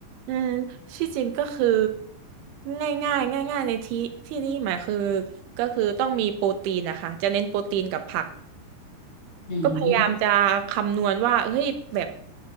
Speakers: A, on the right; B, on the left.
A: อืมที่จริงก็คือง่ายง่ายง่ายง่ายๆในที่ที่นี่หมายคือก็คือต้องมีโปรตีนนะคะจะเน้นโปรตีนกับผัก
B: อืม
A: ก็พยายามจะคำนวณว่าเฮ้ยแบบ